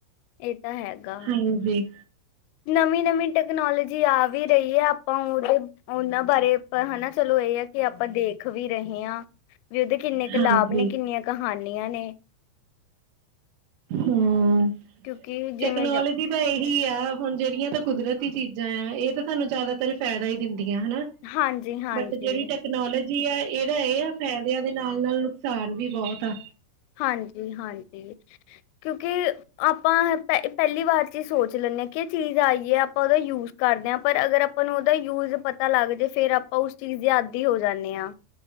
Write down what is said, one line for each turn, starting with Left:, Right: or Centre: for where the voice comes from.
Left: ਇਹ ਤਾਂ ਹੈਗਾ
Right: ਹਾਂਜੀ
Left: ਨਵੀਂ ਨਵੀਂ ਟੈਕਨੋਲੋਜੀ ਆ ਵੀ ਰਹੀ ਹੈ ਆਪਾਂ ਉਹਦੇ ਉਹਨਾਂ ਬਾਰੇ ਹਨਾ ਚਲੋ ਇਹ ਆ ਕਿ ਆਪਾਂ ਦੇਖ ਵੀ ਰਹੇ ਹਾਂ ਵੀ ਉਹਦੇ ਕਿੰਨੇ
Right: ਹਾਂਜੀ
Left: ਕੁ ਲਾਭ ਨੇ ਕਿੰਨੀਆਂ ਕੁ ਹਾਣੀਆ ਨੇ
Right: ਹਮ
Left: ਕਿਉਂਕਿ ਜਿਵੇਂ
Right: ਟੈਕਨੋਲੋਜੀ
Left: ਜ-
Right: ਦਾ ਇਹ ਹੀ ਆ ਹੁਣ ਜਿਹੜੀਆਂ ਤਾਂ ਕੁਦਰਤੀ ਚੀਜ਼ਾਂ ਆ ਇਹ ਤਾਂ ਸਾਨੂੰ ਜ਼ਿਆਦਾਤਰ ਫਾਇਦਾ ਹੀ ਦਿੰਦਾ ਹਨਾ
Left: ਹਾਂਜੀ ਹਾਂਜੀ।
Right: ਬਟ ਜਿਹੜੀ ਟੈਕਨੋਲੋਜੀ ਜੀ ਆ ਇਹਦਾ ਇਹ ਆ ਫਾਇਦਿਆਂ ਦੇ ਨਾਲ ਨਾਲ ਨੁਕਸਾਨ ਵੀ ਬਹੁਤ ਆ
Left: ਹਾਂਜੀ ਹਾਂਜੀ ਕਿਉਂਕਿ ਆਪਾਂ ਪਹਿ ਪਹਿਲੀ ਵਾਰ ਚ ਸੋਚ ਲੈਂਦੇ ਹਾਂ ਕਿ ਚੀਜ਼ ਆਈਏ ਆਪਾਂ ਉਹਦਾ ਯੂਜ ਕਰਦੇ ਹਾਂ ਪਰ ਅਗਰ ਆਪਾਂ ਨੂੰ ਦਾ ਯੂਜ ਪਤਾ ਲੱਗ ਜਾੇ ਫੇਰ ਆਪਾਂ ਉਸ ਚੀਜ਼ ਦੀ ਆਦੀ ਹੋ ਜਾਂਦੇ ਹਾਂ